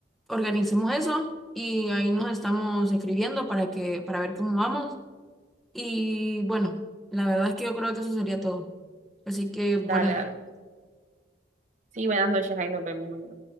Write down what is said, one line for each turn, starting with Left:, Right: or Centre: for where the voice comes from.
Centre: organicemos eso y ahí nos estamos escribiendo para que, para ver cómo vamos. Y bueno, la verdad es que yo creo que eso sería todo. Así que buenas
Right: Dale,
Centre: noches.
Right: dale. Sí, buenas noches, ahí nos vemos. mañana.